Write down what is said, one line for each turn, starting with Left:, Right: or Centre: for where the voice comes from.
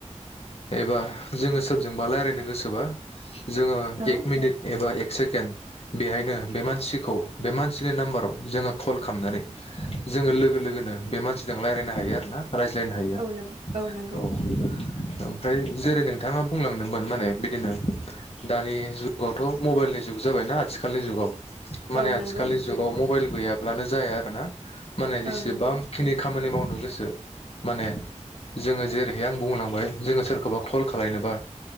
Left: एबा जोङो सोरजोंबा रायलायनो गोसोबा जोङो
Right: औ
Left: एक मिनिट एबा सेकेन बेहायनो बे मानसिखौ बे मानसिनि नाम्बाराव जोङो कल खालामनानै जोङो लोगो लोगोनो बे मानसि जों रायलायनो हायो आरो ना रायज्लायनो हायो
Right: औ नों नंगौ
Left: औ। ओमफ्राय जेरै नोंथाङा बुंलांदोंमोन माने बिदिनो दानि जुगावथ' मबाइलनि जुग जाबायना आथिखालनि जुगाव माने
Right: औ
Left: आथिखालनि
Right: नंगौ
Left: जुगाव मबाइल गैयाब्लानो जाया आरो ना। माने
Right: औ
Left: जेसेबांखिनि
Right: नंगौ
Left: खामानि मावनो गोसो माने जोङो जेरैहाय आं बुंलांबाय जोङो सोरखौबा कल खालायनोबा